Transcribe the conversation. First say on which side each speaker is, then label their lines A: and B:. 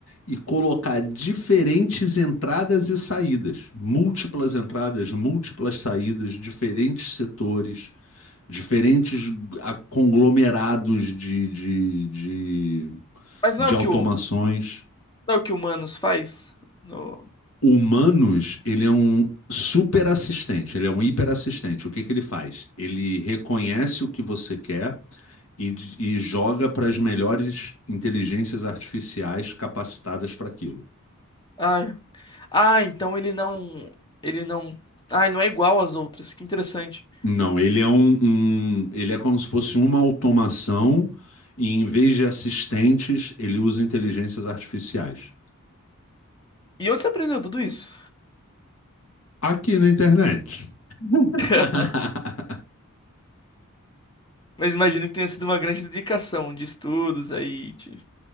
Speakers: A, on the left; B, on the left.
A: e colocar diferentes entradas e saídas, múltiplas entradas, múltiplas saídas, diferentes setores. diferentes a- conglomerados de, de, de,
B: Mas não
A: de
B: é o
A: automações.
B: que o, não é o que o Manos faz? No...
A: O Humanos, ele é um super assistente, ele é um hiper assistente. O que que ele faz? Ele reconhece o que você quer e, d- e joga para as melhores inteligências artificiais capacitadas para aquilo.
B: Ah, ah, então ele não. Ele não. Ah, ele não é igual às outras. Que interessante.
A: Não, ele é um, um- ele é como se fosse uma automação e em vez de assistentes, ele usa inteligências artificiais.
B: E onde você aprendeu tudo isso?
A: Aqui na internet.
B: <laughs>
A: <laughs>
B: Mas imagino que tenha sido uma grande dedicação de estudos aí. De...